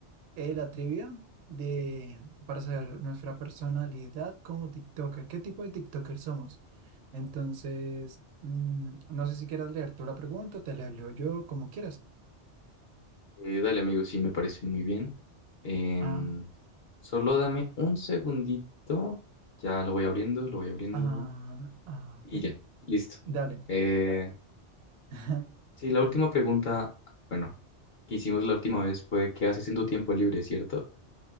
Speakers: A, on the right; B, on the left.
A: eh, la trivia de, para saber nuestra personalidad como TikToker, qué tipo de TikToker somos. Entonces, mm, no sé si quieras leer tú la pregunta, te la leo yo, como quieras.
B: Eh, dale amigo, sí, me parece muy bien. Em,
A: Ah,
B: solo dame un segundito. Ya lo voy abriendo, lo voy abriendo.
A: ah, ah,
B: Y
A: ok.
B: ya, listo.
A: Dale.
B: Eh,
A: <laughs>
B: sí, la última pregunta, bueno, que hicimos la última vez fue, ¿qué haces en tu tiempo libre, cierto?